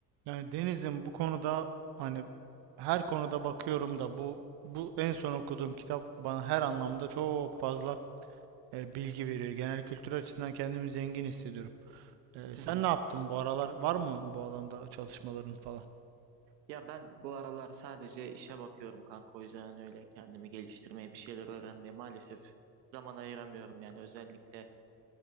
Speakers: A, on the right; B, on the right.
A: Yani Deniz'in bu konuda hani her konuda bakıyorum da bu bu en son okuduğum kitap bana her anlamda çok fazla e, bilgi veriyor. Genel kültür açısından kendimi zengin hissediyorum. E, sen
B: Hı hı.
A: ne yaptın bu aralar? Var mı bu alanda çalışmaların falan?
B: Ya ben bu aralar sadece işe bakıyorum kanka o yüzden öyle kendimi geliştirmeye bir şeyler öğrenmeye maalesef zaman ayıramıyorum yani özellikle